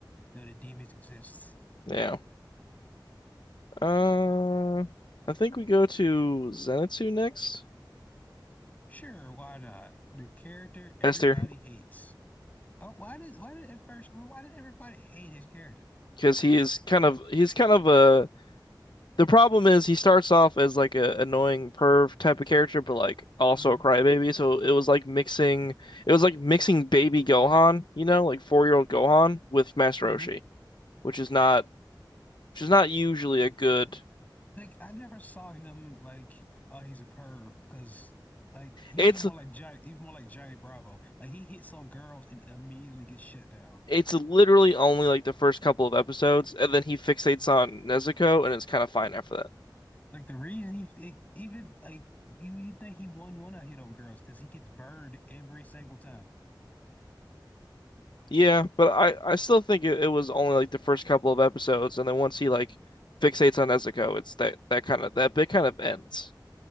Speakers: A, on the left; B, on the left.
A: know the demons exist.
B: Yeah. Uh I think we go to Zenitsu next.
A: Sure, why not? The character everybody
B: Esther,
A: hates. Oh, why did why did at first why did everybody hate his character?
B: because he is kind of he's kind of a The problem is he starts off as like a annoying perv type of character, but like also
A: hmm
B: a crybaby. So it was like mixing, it was like mixing baby Gohan, you know, like four year old Gohan with Master
A: hmm
B: Roshi, which is not, which is not usually a good.
A: Like I never saw him like, oh, he's a perv because like he
B: It's,
A: was more like Johnny, he was more like Johnny Bravo. Like he hits on girls and immediately gets shut down.
B: it's literally only like the first couple of episodes, and then he fixates on Nezuko, and it's kind of fine after that.
A: Like the reason he it, even like you you think he wouldn't want to hit on girls because he gets burned every single time.
B: Yeah, but I, I still think it, it was only like the first couple of episodes, and then once he
A: Mhm.
B: like fixates on Nezuko, it's that that kind of that bit kind of ends.